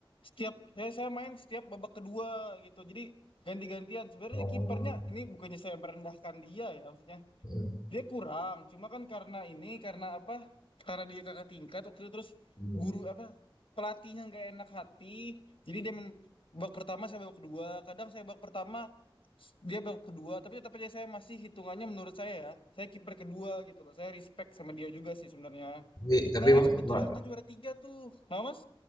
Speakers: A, on the left (about 80°); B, on the left (about 40°).
A: setiap saya, saya main setiap babak kedua gitu. Jadi ganti-gantian. Sebenarnya
B: Oh.
A: kipernya ini bukannya saya merendahkan dia ya maksudnya.
B: Mm,
A: Dia kurang, cuma kan karena ini, karena apa? Karena dia kakak tingkat waktu itu terus
B: mm.
A: guru apa pelatihnya nggak enak hati, jadi dia main babak pertama saya babak kedua. Kadang saya babak pertama, s- dia babak kedua, tapi tetap aja saya masih hitungannya menurut saya ya, saya kiper kedua gitu loh. Saya respect sama dia juga sih sebenarnya.
B: Tapi tapi
A: Nah
B: mas,
A: kebetulan
B: Ma-
A: tuh juara tiga tuh, nah mas?